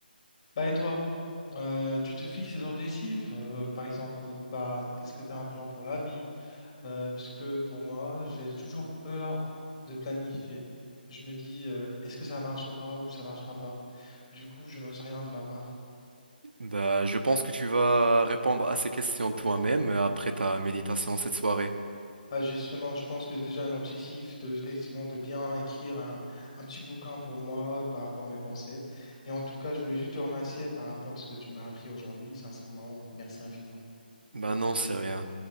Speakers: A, on the left; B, on the right.
A: Bah et toi, Euh, tu te fixes des objectifs, euh, par exemple, euh, bah, est-ce que tu as un plan pour la vie? Euh, parce que pour moi, j'ai toujours peur de planifier. Je me dis, euh, est-ce que ça marchera ou ça marchera pas? Du coup, je n'ose rien de ma part.
B: Bah, je pense que tu vas répondre à ces questions toi-même euh, après ta méditation cette soirée.
A: Bah, justement, je pense que j'ai déjà un objectif de, effectivement, de bien écrire un, un petit bouquin pour moi par rapport à mes pensées. Mais en tout cas, je voulais juste te remercier par rapport à ce que tu m'as appris aujourd'hui. Sincèrement, merci infiniment.
B: Bah non, c'est rien.